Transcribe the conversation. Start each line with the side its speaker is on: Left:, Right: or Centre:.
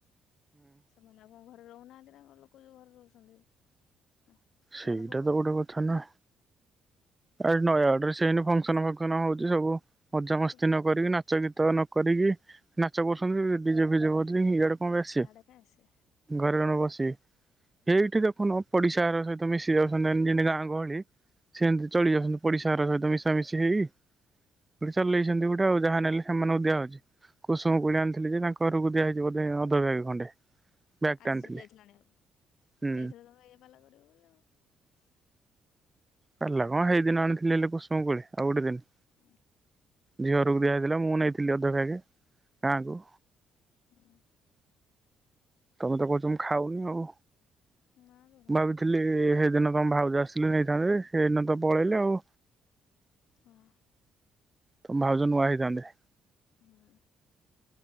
Left: ସେମାନେ ଆଉ କଣ ଘ ରହୁନାହାନ୍ତି ନା ଲୋକ ଯୋଉ ଘରେ ରହୁଛନ୍ତି। ହଁ ସେମାନେ
Right: ସେଇଟା
Left: କ'ଣ ପଳେଇବେ
Right: ତ ଗୋଟେ କଥା ନା। ଆ ନୟା ଆଡରେ ସେଇନ ଫକ୍ସନ ନ ଫଙ୍କସନ ହଉଛି ସବୁ। ମଜାମସ୍ତି
Left: ଦେଖୁଛୁ
Right: ନ କରିକି ନାଚ ଗୀତ ନ କରିକି ନାଚ କରୁଛନ୍ତି ଡିଜେ ଫିଜେ କରୁ ଇଆଡେ କଣ ବସେ
Left: ସିଆଡ଼େ କାଇଁ ସେ
Right: ଘରେ ଜଣେ ବସି ଏଇଠି ଦେଖନ ପଡି ତାର ସହିତ ମିଶି ଯାଉଛନ୍ତି ଯେମିତି ଗାଁ ଗହଳି ସେମତି ଚଳି ଯାଉଛନ୍ତି ପଡିଶା ଘର ସହିତ ମିଶାମିଶି ହେଇ ଗଟେ ଚଲେଇଛନ୍ତି ଗୋଟେ ଆଉ ଯାହା ନେଲେ ସେମାନଙ୍କୁ ଦିଆହଉଛି କୁସୁମ କୋଳି ଆଣିଥିଲି ଯେ ତାଙ୍କ ଘରକୁ ଦିଆହେଇଛି ଅଧବେଗ ଖଣ୍ଡେ। ବ୍ୟାଗ ଟେ
Left: ଆଜି
Right: ଆଣିଥିଲି
Left: ସବୁ ଯାଇଥିଲାଣି ଆଉ
Right: ହୁଁ।
Left: ଯାଇବ ତମେ ଏଇ ପାଲା କରିବ ବୋଲି ଆଉ।
Right: ପାଲା କଣ ସେଇଦିନ ଆଣିଥିଲେ ପୋ କଣ ଆଉ ଗୋଟେ ଦିନ।
Left: <inaudible>
Right: ଝିଅ ରକୁ ଦିଆହଇଥିଲା ମୁଁ ନେଇଥିଲି ଅଧବାଗ ଗାଁ କୁ
Left: ହୁଁ।
Right: ତମେ ତ କହୁଛ ଖାଉନି ଆଉ।
Left: ନା ତ ଭଲ
Right: ଭାବିଥିଲି
Left: ନୁହଁ
Right: ହେଦିନ ତମ ଭାଉଜ ଆସିଥିଲି ନେଇଥାନ୍ତେ ସେଇନା ତ ପଳେଇଲେ ଆଉ।
Left: ହଁ।
Right: ତମ ଭାଉଜ ନୂଆ ହେଇଥାନ୍ତେ।
Left: ହୁଁ।